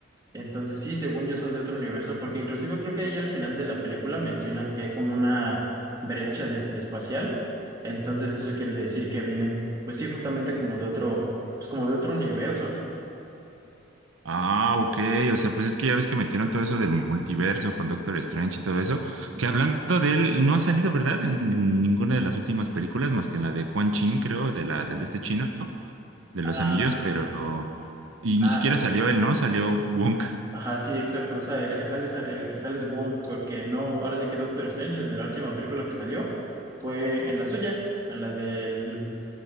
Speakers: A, on the right; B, on the right.
A: entonces sí, según yo son de otro universo, porque inclusive creo que ahí al final de la película mencionan que hay como una brecha desde espacial. Entonces eso quiere decir que vienen, pues sí, justamente como de otro, pues como de otro universo.
B: Ah, ok. O sea, pues es que ya ves que metieron todo eso del multiverso con Doctor Strange y todo eso.
A: Ujú.
B: Que hablando de él, no ha salido, ¿verdad? En ninguna de las últimas películas, más que en la de Quan Chin, creo, de la del este chino, ¿no? de
A: Ah,
B: los anillos, pero. Y ni
A: ah,
B: siquiera salió él, ¿no? Salió Wonk,
A: ajá, sí, exacto. O sea, el que sale es, el que sale es Wong, porque no, ahora sí que Doctor Strange en la última película que salió fue en la suya, en la del